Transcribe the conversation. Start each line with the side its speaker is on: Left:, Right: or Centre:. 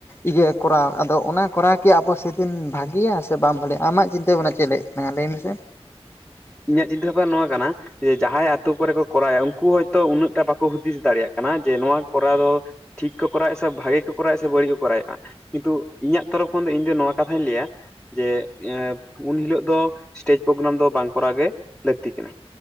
Left: ᱤᱭᱟᱹ ᱠᱚᱨᱟᱣ ᱟᱫᱚ ᱚᱱᱟ ᱠᱚᱨᱟᱣ ᱠᱤ ᱟᱵᱚ ᱥᱮᱫᱤᱱ ᱵᱷᱟᱜᱮᱭᱟ ᱥᱮ ᱵᱟᱝ ᱵᱷᱟᱞᱮᱭᱟ? ᱟᱢᱟᱜ ᱪᱤᱱᱛᱟᱹ ᱵᱷᱟᱵᱽᱱᱟ ᱪᱮᱫ ᱞᱟᱹᱭᱮᱫ ᱠᱟᱱᱟ ᱞᱟᱹᱭ ᱢᱮᱥᱮᱼᱼ
Centre: ᱤᱧᱟᱹᱜ ᱪᱤᱱᱛᱟᱹ ᱵᱷᱟᱵᱽᱱᱟ ᱱᱤᱣᱟᱹ ᱠᱟᱱᱟ ᱼᱼ ᱡᱮ ᱡᱟᱦᱟᱸᱭ ᱟᱛᱳ ᱠᱚᱨᱮ ᱠᱚ ᱠᱚᱨᱟᱣᱟ ᱩᱱᱠᱩ ᱦᱚᱭᱛᱳ ᱩᱱᱟᱹᱜ ᱴᱟ ᱵᱟᱠᱚ ᱦᱩᱫᱤᱥ ᱫᱟᱲᱮᱭᱟᱜ ᱠᱟᱱᱟ ᱡᱮ ᱱᱚᱣᱟ ᱠᱚᱨᱟᱣ ᱫᱚ ᱼᱼ ᱴᱷᱤᱠ ᱠᱚ ᱠᱚᱨᱟᱣᱮᱜᱼᱟ ᱥᱮ ᱵᱷᱟᱜᱮ ᱠᱚᱨᱟᱣᱮᱜᱼᱟ ᱥᱮ ᱵᱟᱹᱲᱤᱡ ᱠᱚ ᱠᱚᱨᱟᱣᱮᱜᱼᱟ᱾ ᱠᱤᱱᱛᱩ ᱤᱧᱟᱜ ᱛᱚᱨᱚᱯᱷ ᱠᱷᱚᱱ ᱫᱚ ᱤᱧ ᱫᱚ ᱱᱚᱣᱟ ᱠᱟᱛᱷᱟᱧ ᱞᱟᱹᱭᱟᱼᱼ ᱡᱮ ᱮ ᱩᱱ ᱦᱤᱞᱳᱜ ᱫᱚ ᱥᱴᱮᱡᱽ ᱯᱨᱳᱜᱨᱟᱢ ᱫᱚ ᱵᱟᱝ ᱠᱚᱨᱟᱣ ᱜᱮ ᱞᱟᱹᱠᱛᱤ ᱠᱟᱱᱟ᱾